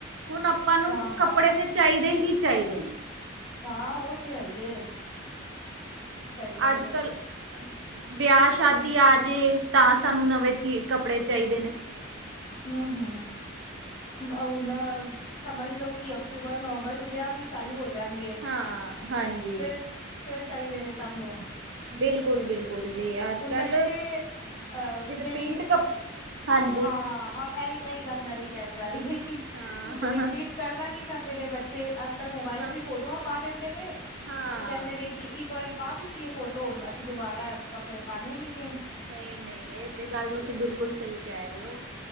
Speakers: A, on the right; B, on the left.
A: ਹੁਣ ਆਪਾਂ ਨੂੰ
B: ਹਾਂ ਹਾਂ
A: ਕੱਪੜੇ ਤੇ ਚਾਹੀਦੇ ਹੀ ਚਾਹੀਦੇ ਨੇ
B: ਹਾਂ ਉਹ ਤੇ ਹੈ ਈ ਏ। ਸਹੀ ਗੱਲ
A: ਅੱਜ
B: ਏ
A: - ਕੱਲ ਵਿਆਹ ਸ਼ਾਦੀ ਆਜੇ ਤਾਂ ਸਾਨੂੰ ਨਵੇਂ ਚ ਕੱਪੜੇ ਚਾਹੀਦੇ ਨੇ
B: ਹੂੰ ਹੂੰ ਹੁਣ ਹਣ ਸਮਝ ਲੋਓ ਕਿ ਅਕਤੂਬਰ, ਨਵੰਬਰ ਤੂੰ ਵਿਆਹ ਵੀ ਚਾਲੂ ਹੋ ਜਾਣਗੇ
A: ਹਾਂ ਹਾਂਜੀ
B: ਫਿਰ ਫੇਰ ਚਾਹੀਦੇ ਨੇ ਸਭ ਨੂੰ
A: ਬਿਲਕੁਲ - ਬਿਲਕੁਲ ਜੀ ਅੱਜ
B: ਹੁਣ
A: ਕੱਲ
B: ਬੱਚੇ ਅਹ ਜਿਹੜੀ
A: ਰਪੀਟ ਕੱਪ ਹਾਂਜੀ
B: ਹਾਂ ਇਹੀ - ਇਹੀ ਗੱਲ ਮੈਂ ਵੀ ਕਹਿਣ ਜਾ ਰਹੀ ਹੈਗੀ
A: ਹਾਂ ਹਾਂ
B: ਰਿਪੀਟ ਕਰਨਾ ਨੀ ਚਾਹੁੰਦੇ ਨੇ ਬੱਚੇ ਅੱਜ ਮੋਬਾਇਲ
A: ਹਾਂ
B: ਚ ਫੋਟੋਆਂ ਪਾ ਦਿੰਦੇ ਨੇ
A: ਹਾਂ
B: ਤੇ ਕਹਿੰਦੇ ਨੇ ਕਿ ਇੱਕ ਵਾਰੀ ਪਾ ਦਿੱਤੀ ਏ ਫੋਟੋ ਹੁ ਅਸੀਂ ਦੁਬਾਰਾ ਕੱਪੜੇ ਪਾਨੇ ਨੀ ਗੇ
A: ਨਈ- ਨਈ ਇਹ ਤੇ ਗੱਲ ਤੁਸੀਂ ਬਿਲਕੁਲ ਸਹੀ ਕਹਿ ਰਹੇ ਹੋ